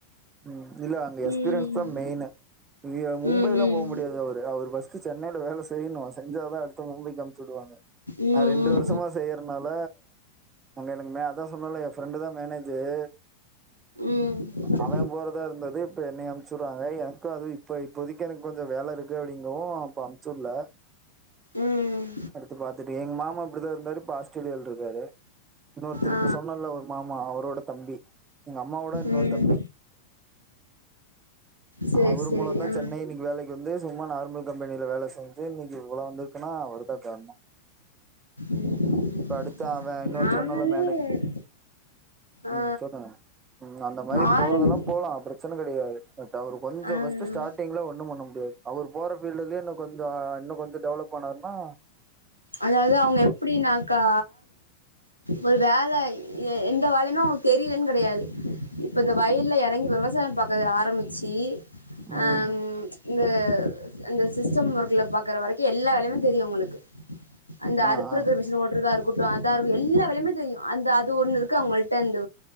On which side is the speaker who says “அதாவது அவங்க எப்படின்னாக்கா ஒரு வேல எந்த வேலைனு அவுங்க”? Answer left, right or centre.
Left